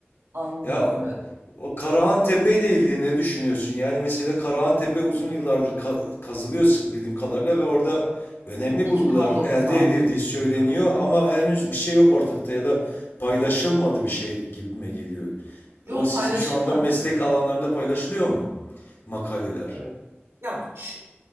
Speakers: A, on the right; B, on the left.
A: Anlıyorum
B: Ya
A: evet.
B: o Karahan Tepe ile ilgili ne düşünüyorsun? Yani mesela Karahan Tepe uzun yıllardır ka- kazılıyor bildiğim kadarıyla ve orada önemli
A: 2019'dan
B: bulgular elde edildiği
A: beri kazanıyor.
B: söyleniyor ama henüz bir şey yok ortakta ya da paylaşılmadı bir şey gibime geliyor.
A: Yo
B: O sizin
A: paylaşıldı
B: şu anda
A: aslında.
B: meslek alanlarında paylaşılıyor mu? Makaleler.
A: Evet. Ya şu